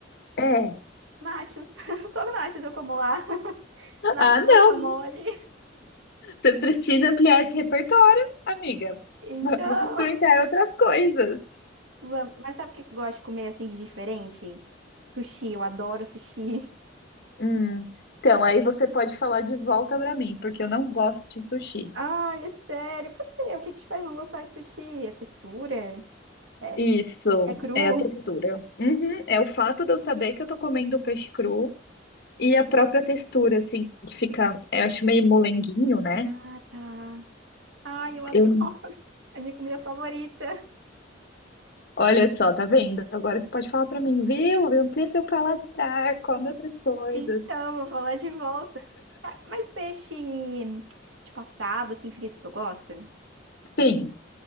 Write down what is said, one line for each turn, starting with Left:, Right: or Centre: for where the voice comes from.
Left: É.
Right: Nachos. <laughs> Só nachos eu como lá. <laughs> Nachos,
Left: Ah, não.
Right: guacamole.
Left: Você precisa ampliar esse repertório, amiga.
Right: <laughs> Então.
Left: Vamos experimentar outras coisas.
Right: Vamos. Mas sabe o que eu gosto de comer assim de diferente? Sushi, eu adoro sushi.
Left: Hum, Então, aí você pode falar de volta pra mim, porque eu não gosto de sushi.
Right: <laughs> Ai, é sério, por quê? O que que te faz não gostar de sushi? É textura? É,
Left: Isso,
Right: é cru?
Left: é a textura. Uhum, é o fato de eu saber que eu tô comendo peixe cru e a própria textura, assim, que fica, eu acho meio molenguinho, né?
Right: Ah, tá. Ai, eu adoro.
Left: Eu,
Right: <laughs> É minha comida favorita.
Left: olha só, tá vendo? Agora você pode falar pra mim, viu? Amplia seu paladar, come outras coisas.
Right: Então, vou falar de volta. Ah, Mas peixe, tipo assado, assim, frito, tu gosta?
Left: Sim,